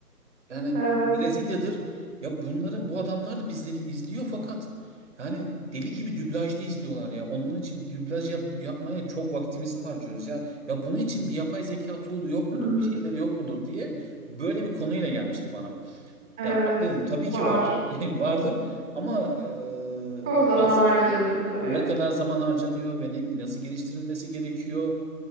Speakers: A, on the right; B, in the centre.
A: yani
B: Evet.
A: Brezilya'dır. Ya bunları bu adamlar da bizleri izliyor fakat yani deli gibi dublajda izliyorlar ya. Onun için dublaj yap- yapmaya çok vaktimizi harcıyoruz ya. Ya bunun için bir yapay zeka tool'u yok mudur,
B: Hı hı.
A: bir şeyleri yok mudur diye böyle bir konuyla gelmişti bana.
B: Evet.
A: Ya abi dedim tabii ki
B: Var.
A: vardır, <laughs> vardır ama e,
B: Çok
A: bu
B: zaman
A: bahs-
B: harcanıyor tabii.
A: ne kadar zaman harcanıyor ve ne, nasıl geliştirilmesi gerekiyor?